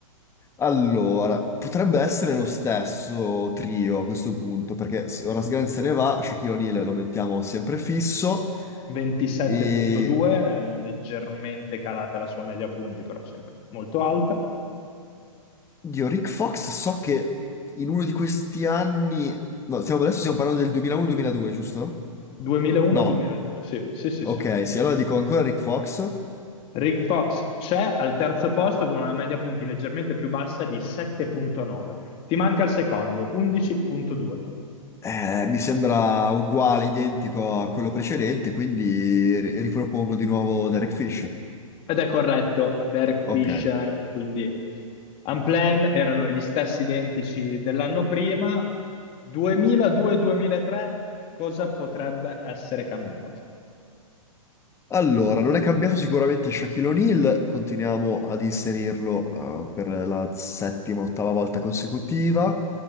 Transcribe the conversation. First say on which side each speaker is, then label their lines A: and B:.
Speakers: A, on the left; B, on the left.
A: Allora, potrebbe essere lo stesso trio a questo punto, perché se ora Sgan se ne va, Shaquille O'Neal lo mettiamo sempre fisso
B: 27.2,
A: e
B: eh, leggermente calata la sua media punti, però sempre molto alta.
A: dio, Rick Fox so che in uno di questi anni, no, stiamo, adesso stiamo parlando del 2001-2002, giusto?
B: 2001-2002,
A: No,
B: sì, sì, sì,
A: ok,
B: sì.
A: sì, allora dico ancora Rick Fox,
B: Rick Fox c'è al terzo posto con una media punti leggermente più bassa di 7.9. Ti manca il secondo, 11.2.
A: Eh, mi sembra uguale, identico a quello precedente, quindi ri- ripropongo di nuovo Derek Fisher.
B: Ed è corretto, Derek
A: Ok.
B: Fisher, quindi Unplanned erano gli stessi identici dell'anno prima. 2002-2003, cosa potrebbe essere cambiato?
A: Allora, non è cambiato sicuramente Shaquille O'Neal, continuiamo ad inserirlo eh, per la settima, ottava volta consecutiva.